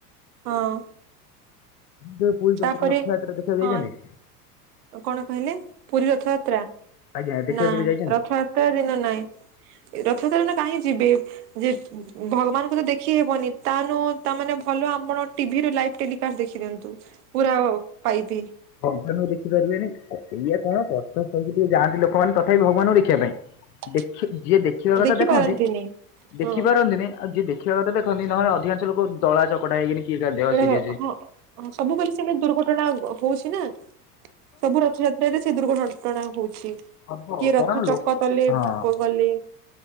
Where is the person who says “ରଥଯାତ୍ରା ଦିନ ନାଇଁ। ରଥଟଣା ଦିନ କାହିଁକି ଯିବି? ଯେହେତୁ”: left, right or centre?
Right